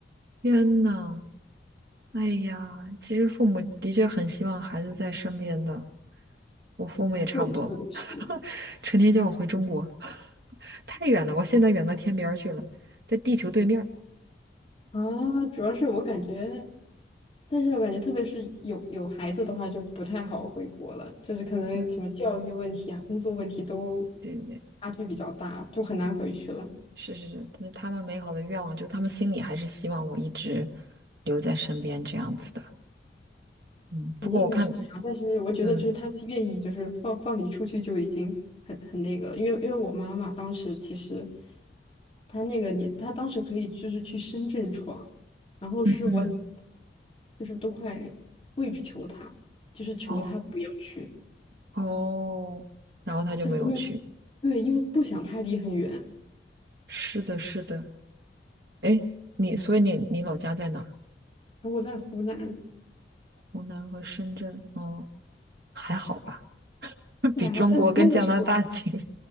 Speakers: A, on the right; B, on the left.
A: 天呐，哎呀，其实父母的确很希望孩子在身边的，我父母也差不多，
B: 是的是的是的。
A: <laughs> 成天叫我回中国，<laughs> 太远了，我现在远到天边儿去了，在地球对面儿
B: 啊，主要是我感觉，但是我感觉特别是有有孩子的话，就不太好回国了，就是可能什么教育问题啊、
A: 嗯嗯，
B: 工作问题都
A: 对对对，
B: 差距比较大，就很难回去了。
A: 是是是，但是他们美好的愿望，就他们心里还是希望我一直留在身边这样子的。嗯，不过我看，
B: 肯定是这样，但是我觉得就是他们愿意就是放放你出去就已经很很那个了，
A: 嗯
B: 因为因为我妈妈当时其实她那个年，她当时可以就是去深圳闯，然后是我奶奶
A: 嗯，
B: 就是都快跪着求她，就是求她不要去。
A: 哦哦，然后他就没有去。
B: 就是因为对，因为不想他离很远。
A: 是的，是的，哎，你，所以你你老家在哪
B: 然后我在湖南，
A: 湖南和深圳，哦，还好吧，<laughs>
B: 这还好，
A: 比中国跟加拿大近。
B: 但那个时候，